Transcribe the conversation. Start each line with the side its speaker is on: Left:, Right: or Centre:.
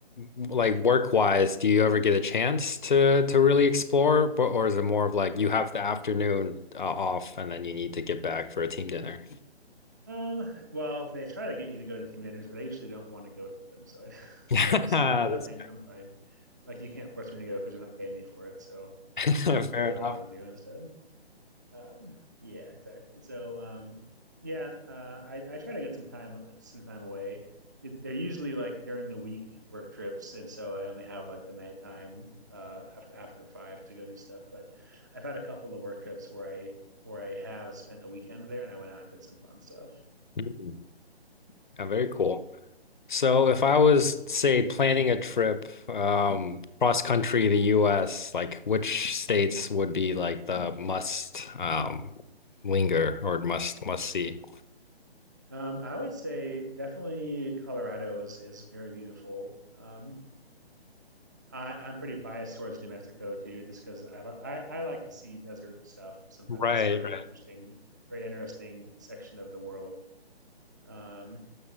Left: like work-wise, do you ever get a chance to to really explore, or, or is it more of like you have the afternoon uh, off and then you need to get back for a team dinner?
Right: um, well, they try to get you to go to team dinners, but I usually don't want to go to them, so I <laughs>
Left: <laughs>
Right: so I just
Left: That's
Right: say no thanks, I'm fine. Like you can't force me to go because they're not paying me for it, so
Left: <laughs>
Right: I'll just
Left: fair
Right: go do what
Left: enough.
Right: I want to do instead. Um, yeah, exactly. So, um, yeah, uh, I, I try to get some time some time away. It, they're usually like during the week work trips, and so I only have like the nighttime uh, after after five to go do stuff. But I've had a couple of work trips where I where I have spent a weekend there, and I went out and did some fun stuff.
Left: Mm. Yeah, very cool. So if I was, say, planning a trip um cross country the US, like which states would be like the must um linger or must must see?
Right: Um, I would say definitely Colorado is is very beautiful. Um, I, I'm pretty biased towards New Mexico too, just because I, li- I I like to see desert stuff. Sometimes
Left: Right,
Right: it's very
Left: right.
Right: interesting, very interesting section of the world. Um,